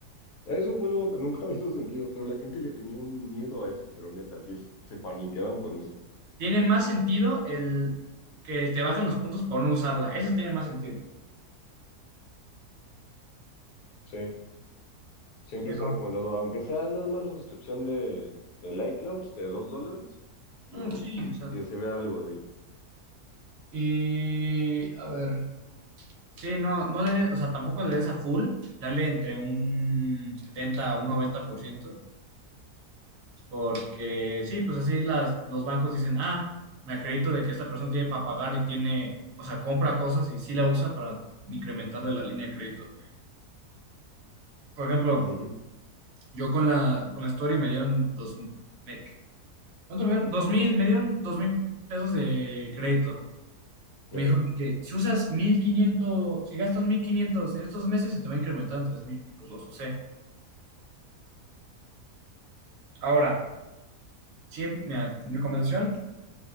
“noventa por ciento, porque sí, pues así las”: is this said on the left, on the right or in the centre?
Right